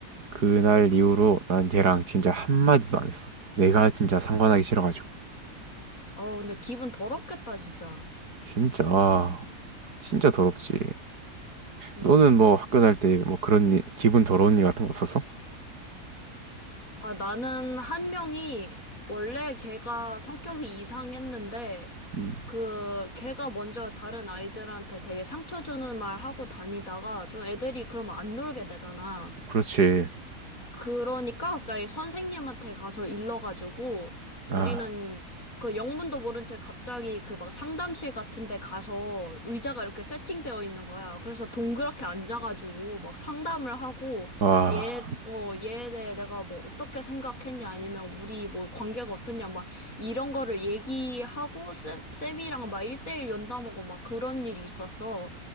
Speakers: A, on the right; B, on the left.
A: 그날 이후로 난 걔랑 진짜 한마디도 안 했어. 내가 진짜 상관하기 싫어가지고.
B: 어, 근데 기분 더럽겠다, 진짜.
A: 진짜 아, 진짜 더럽지.
B: 음.
A: 너는 뭐 학교 다닐 때 뭐 그런 일, 기분 더러운 일 같은 거 없었어?
B: 아, 나는 한 명이 원래 걔가 성격이 이상했는데
A: 음,
B: 그 걔가 먼저 다른 아이들한테 되게 상처 주는 말 하고 다니다가 좀 애들이 그러면 안 놀게 되잖아.
A: 그렇지.
B: 그러니까 갑자기 선생님한테 가서 일러가지고 우리는
A: 아,
B: 그 영문도 모른 채 갑자기 그 막 상담실 같은 데 가서 의자가 이렇게 세팅되어 있는 거야. 그래서 동그랗게 앉아가지고 막 상담을 하고
A: 아,
B: 얘, 어, 얘에 대해 내가 뭐 어떻게 생각했냐 아니면 우리 뭐 관계가 어떻냐 막 이런 거를 얘기하고 쌤, 쌤이랑 막 1대1 연담하고 막 그런 일이 있었어.